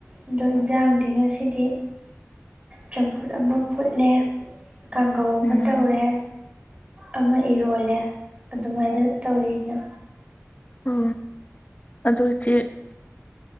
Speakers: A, on the right (about 25°); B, on the left (about 30°).
A: ꯑꯗꯣ ꯏꯟꯁꯥꯡꯗꯤ ꯉꯁꯤꯗꯤ ꯆꯝꯐꯨꯠ ꯑꯃ ꯐꯨꯠꯂꯦ ꯀꯥꯡꯒꯧ ꯑꯃ
B: ꯎꯝ
A: ꯇꯧꯔꯦ ꯑꯃ ꯏꯔꯣꯜꯂꯦ ꯑꯗꯨꯃꯥꯏꯅ ꯇꯧꯔꯛꯏꯅ
B: ꯑꯣ ꯑꯗꯨꯁꯦ <inaudible>